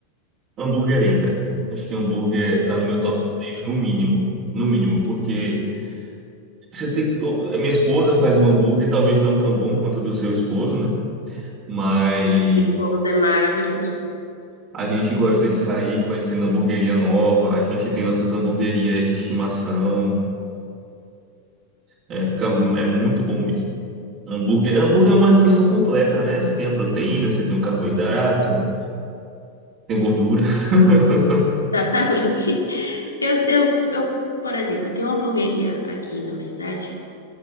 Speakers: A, on the right (about 35°); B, on the left (about 80°).
A: hambúrguer entra. Acho que hambúrguer tá no meu top 3, no mínimo, no mínimo, porque Você tem que. eu- A minha esposa faz um hambúrguer, talvez não tão bom quanto o do seu esposo, né? Mas
B: Resposta Esposa é maravilhoso.
A: a gente gosta de sair conhecendo hambúrgueria nova, a gente tem nossas hambúrguerias de estimação. É, fica, é muito bom mesmo. Hambúrguer, hambúrguer é uma refeição completa, né? Você tem a proteína, você tem o carboidrato, tem gordura. <laughs>
B: <laughs> Exatamente. Eu, eu, eu, por exemplo, tenho uma hamburgueria aqui na minha cidade